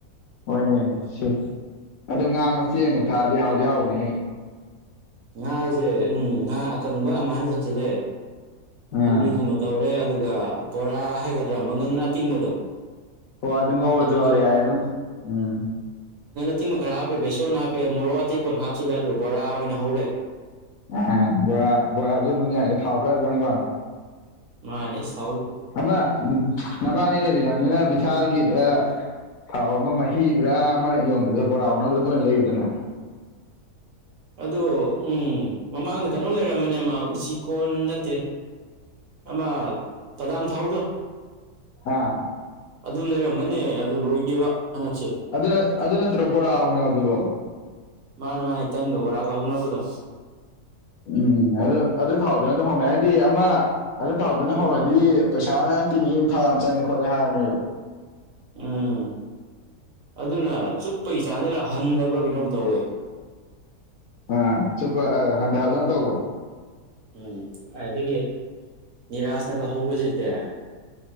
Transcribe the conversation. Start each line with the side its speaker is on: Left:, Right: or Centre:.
Left: ꯍꯣꯏꯅꯦ ꯁꯤ ꯑꯗꯨ ꯉꯥ ꯃꯆꯦ ꯌꯦꯡꯕ ꯊꯛꯑꯗꯤ ꯍꯥꯎꯗꯤ ꯍꯥꯎꯅꯦ
Right: ꯉꯥꯁꯦ ꯎꯝ ꯉꯥ ꯑꯀꯪꯕ ꯑꯃꯅꯤ ꯊꯛꯆꯤꯜꯂꯦ
Left: ꯑꯥ
Right: ꯊꯧꯔꯤꯗꯨꯃ ꯇꯧꯔꯦ ꯑꯗꯨꯒ ꯕꯣꯔꯥ ꯍꯥꯏꯒꯗ꯭ꯔꯥ ꯃꯒꯟ ꯑꯇꯤꯡꯕꯗꯣ
Left: ꯍ ꯑꯗꯨꯝ ꯉ ꯑꯣꯏꯔꯁꯨ
Right: ꯑꯗꯨꯁꯨ
Left: ꯌꯥꯏ ꯑꯗꯨꯝ ꯎꯝ
Right: ꯑꯇꯤꯡꯕ ꯈꯔ ꯍꯥꯞꯄꯦ ꯕꯦꯁꯣꯟꯅ ꯍꯥꯞꯄꯦ ꯃꯣꯔꯣꯛ ꯑꯇꯦꯛꯄ ꯈꯔ ꯍꯥꯞꯆꯤꯜꯂꯦ ꯑꯗꯨꯒ ꯕꯣꯔꯥ ꯑꯣꯏꯅ ꯍꯧꯔꯦ
Left: ꯑ ꯕꯣꯔꯥ ꯕꯣꯔꯥꯁꯨ ꯑꯗꯨꯝ ꯌꯥꯏꯅꯦ ꯊꯥꯎ ꯈꯔ ꯆꯪ ꯋꯥꯅꯤ
Right: ꯃꯥꯅꯦꯁ
Left: ꯑꯃ ꯅꯕꯥꯅꯤ ꯂꯩꯕꯤꯅꯤꯅ ꯕꯤꯚꯤꯁꯥꯜꯒꯤ ꯊꯥꯎ ꯑꯃ ꯃꯍ ꯍꯤꯕ꯭ꯔꯥ ꯑꯃ ꯌꯣꯟꯕꯗꯣ ꯕꯣꯔꯥꯎꯅꯕꯗꯣ ꯑꯗꯨ ꯑꯣꯏꯅꯅ ꯂꯩꯕꯨꯗꯅ
Right: ꯑ ꯎꯝ ꯃꯃꯥꯡꯗ ꯀꯩꯅꯣ ꯂꯩꯔꯝꯝꯕꯅꯦꯃ ꯎꯆꯤꯀꯣꯟ ꯅꯠꯇꯦ ꯑꯃ ꯇꯗꯥꯝ ꯊꯥꯎꯗꯣ
Left: ꯑꯥ
Right: ꯑꯗꯨ ꯂꯩꯔꯝꯕꯅꯦ ꯑꯗꯨ ꯂꯣꯏꯈꯤꯕ ꯍꯟꯗꯛꯁꯦ
Left: ꯑꯗꯨꯅ ꯑꯗꯨ ꯅꯠꯇ꯭ꯔꯣ ꯄꯨꯣꯔꯥ ꯍꯧꯥꯎꯅꯦ ꯑꯗꯨꯕꯣ
Right: ꯃꯥꯅꯦ ꯃꯥꯅꯦ ꯇꯟꯒꯕꯔꯥꯒ ꯍꯧꯅꯕꯗꯣ
Left: ꯎꯝ ꯑꯗꯨ ꯑꯗꯨ ꯊꯥꯎꯗꯨꯅ ꯑꯗꯨꯝ ꯍꯧꯅꯩ ꯍꯥꯏꯗꯤ ꯑꯃ ꯑꯗꯨ ꯊꯥꯎꯗꯨꯅ ꯍꯧꯔꯗꯤ ꯄꯩꯁꯥ ꯃꯌꯥꯝ ꯇꯤꯡꯉꯤ ꯊꯥ ꯌꯥꯝ ꯆꯪꯉꯦ ꯔ ꯍꯔꯅ
Right: ꯎꯝ ꯑꯗꯨꯅ ꯆꯨꯞꯄꯒꯤ ꯆꯥꯡꯁ ꯈꯔ ꯍꯟꯗꯕ꯭ꯔꯥ ꯀꯩꯅꯣꯝ ꯇꯧꯋꯦ
Left: ꯑ ꯆꯨꯞꯄ ꯍꯟꯗꯗꯅ ꯇꯧꯕꯅꯦ
Right: ꯎꯝ ꯑꯗꯨꯗꯒꯤ ꯅꯤꯔꯥꯥꯁꯅꯒ ꯍꯧꯕꯁꯤꯗꯤ